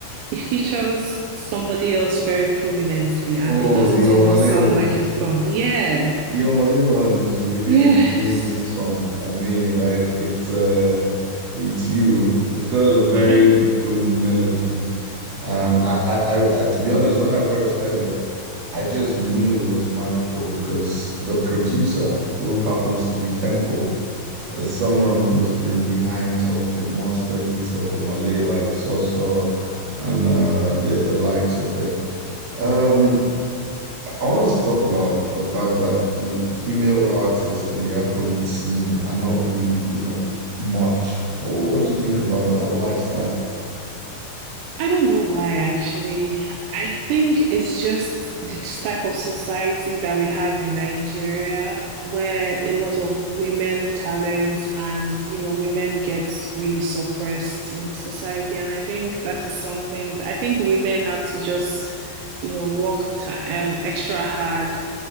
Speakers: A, on the right; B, on the right.
A: it features somebody else very prominently and
B: Oh,
A: it doesn't
B: the Omale
A: even sound like his song. Yeah.
B: The Omale one is really
A: Yes.
B: an amazing song. I mean, like it's uh with you, it's got a very
A: Mm-hmm.
B: good melody. And I, I, I, I to be honest, when I first heard it, I just knew it was magical because the producer, who happens to be Tempo, is someone who's been behind some of the monster hits of Omale, like Soso and uh the, the likes of it. Um, I wanted to talk about the fact that l- female artists in the Afrobeat scene are not really, you know, much. What, what do you think about that? Why is that?
A: I don't know why, actually. I think it's just the type of society that we have in Nigeria, where a lot of women talents and, you know, women gets really suppressed in the society. And I think that is something that I think women have to just, you know, work ti um, extra hard